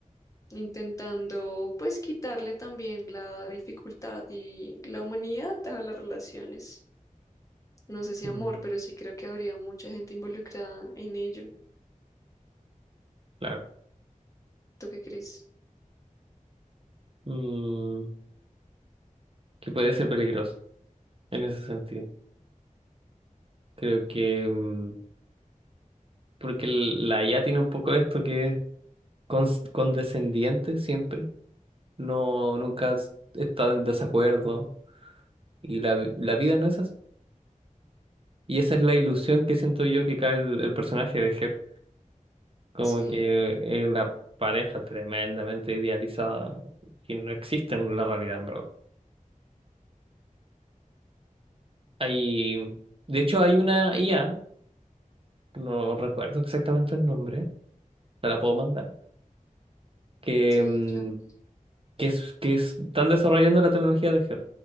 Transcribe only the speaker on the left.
intentando pues quitarle también la dificultad y la humanidad a las relaciones. No sé si
amor, pero sí creo que habría mucha gente involucrada en ello.
¿Tú qué crees?
Sí,
sí,
claro.